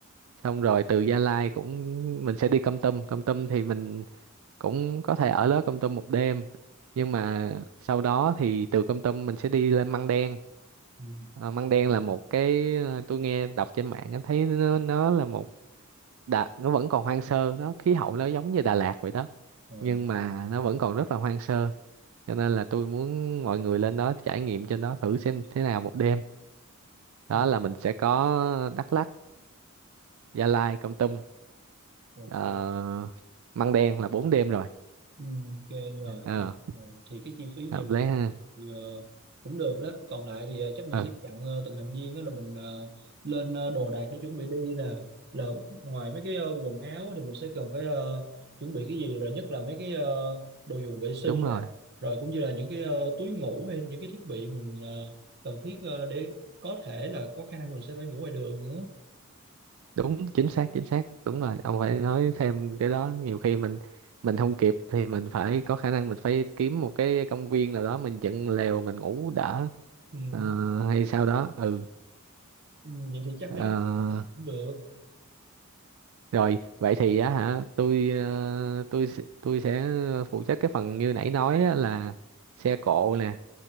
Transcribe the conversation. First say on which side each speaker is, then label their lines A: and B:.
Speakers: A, on the right; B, on the right.
A: xong rồi từ Gia Lai cũng mình sẽ đi Kon Tum Kon Tum thì mình cũng có thể ở đó Kon Tum một đêm nhưng mà sau đó thì từ Kon Tum mình sẽ đi lên Măng Đen
B: ừ.
A: Ờ, Măng Đen là một cái ờ, tôi nghe đọc trên mạng á, thấy nó nó là một đà, nó vẫn còn hoang sơ nó khí hậu nó giống như Đà Lạt vậy đó
B: Ồ,
A: nhưng mà nó vẫn còn rất là hoang sơ cho nên là tôi muốn mọi người lên đó trải nghiệm trên đó thử xem thế nào một đêm đó
B: ừ,
A: là mình sẽ có Đắk Lắk Gia Lai Kon Tum
B: ok
A: ờ, măng đen là 4 đêm rồi
B: ừ, ok rồi
A: ờ
B: hợp lý Rồi, thì cái chi phí nhiều
A: hợp lý ha
B: thì, ờ, cũng được đó còn lại thì ờ, chắc mình
A: ừ
B: sẽ chặn ờ, từng thành viên đó là mình ờ, lên ờ, đồ đạc để chuẩn bị đi nè là ngoài mấy cái ờ, quần áo thì mình sẽ cần phải ờ, chuẩn bị cái gì rồi nhất là mấy cái ờ, đồ dùng vệ sinh
A: đúng rồi
B: nè rồi cũng như là những cái ờ, túi ngủ hay những cái thiết bị mình ờ, cần thiết ờ, để có thể là có khả năng mình sẽ phải ngủ ngoài đường nữa
A: đúng chính xác chính xác đúng rồi ông phải nói thêm cái đó nhiều khi mình mình không kịp thì mình phải có khả năng mình phải kiếm một cái công viên nào đó mình dựng lều mình ngủ đỡ
B: ừ.
A: Ờ, hay sao đó ừ
B: Ừ, vậy thì chắc
A: Ờ,
B: mấy cái cũng được
A: rồi vậy thì á hả tôi ờ, tôi sẽ- tôi sẽ phụ trách cái phần như nãy nói á, là xe cộ nè